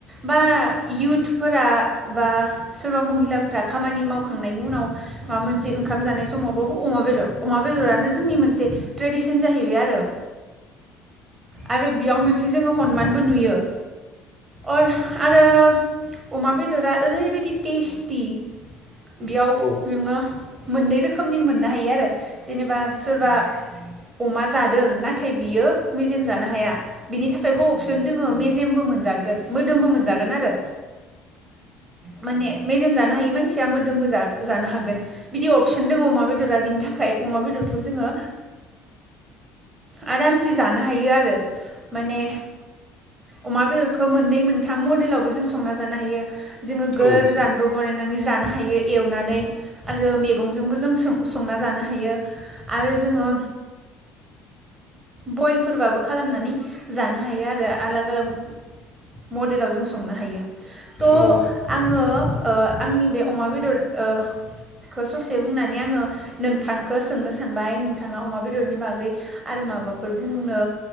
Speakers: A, on the right; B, on the left.
A: बा युथफोरा बा सोरबा महिलाफोरा खामानि मावखांनायनि उनाव माबा मोनसे ओंखाम जानाय समावबाबो अमा बेदर अमा बेदरानो जोंनि मोनसे ट्रेडिसन जाहैबाय आरो, आरो बेयाव मोनसे जोङो हनमानबो नुयो अर आरो अमा बेदरा ओरैबायदि टेस्टि बेयाव
B: औ
A: नोङो मोननै रोखोमनिनो मोननो हायो आरो जेनेबा सोरबा अमा जादों नाथाय बियो मेजेम जानो हाया बिनि थाखायबो अपसन दोङो मेजेमबो मोनजागोन मोदोमबो मोनजागोन आरो माने मेजेम जानो हायिया मोदोमबो जानोहागोन बिदि अफसन दङ अमा बेदरा बिनिथाय जोङो अमा बेदेरखौजोङो आरामसे जानो हायो आरो माने अमा बेदरखौ मोननै थाम मडेलावबो जों संना जानो हायो जोङो
B: औ
A: गोरानबो बानायनानै जानो हायो एवनानै आरो मैगंजोंबो जों संना जानो हायो आरो जोङो बइलफोरबाबो खालामनानै जानो हायो आरो आलाग आलाग मडेलाव जों संनो हायो थ
B: औ
A: आङो ओ आंनि बे अमा बेदरखौ ओ ससे बुंनानै आङो नोंथांखौ सोंनो सानबाय नोंथाङा अमा बेदरनि बागै आरो माबाफोर बुंनो